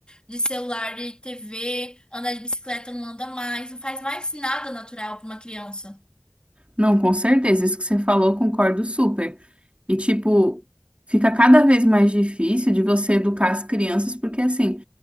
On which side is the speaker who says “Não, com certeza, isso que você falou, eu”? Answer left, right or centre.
Right